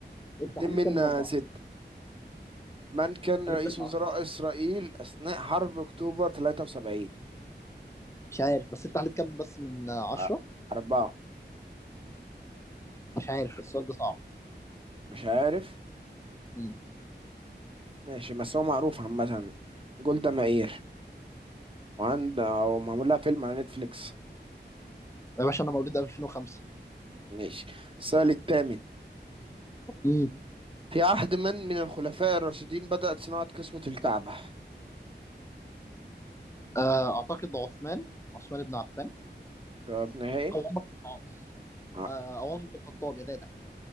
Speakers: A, on the left (about 15°); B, on the right (about 30°).
A: أنت
B: اتنين
A: عليك
B: من
A: كام من أربعة؟
B: ستة من كان
A: عليك
B: رئيس
A: كام
B: وزراء
A: من عشرة؟
B: اسرائيل اثناء حرب اكتوبر 73
A: مش عارف بس أنت عليك كام بس من آه، عشرة؟
B: أ- اربعة
A: مش عارف السؤال ده صعب
B: مش عارف
A: مم.
B: ماشي بس هو معروف عامة جولدا مائير وعند أو معمول لها فيلم على نتفليكس
A: يا باشا أنا مولود 2005
B: ماشي السؤال الثامن
A: امم
B: في عهد من من الخلفاء الراشدين بدأت صناعة كسوة الكعبة
A: آه، أعتقد عثمان عثمان بن عفان
B: جواب نهائي
A: او عمر بن العاص
B: آه.
A: آه، او عمر بن الخطاب يا دادا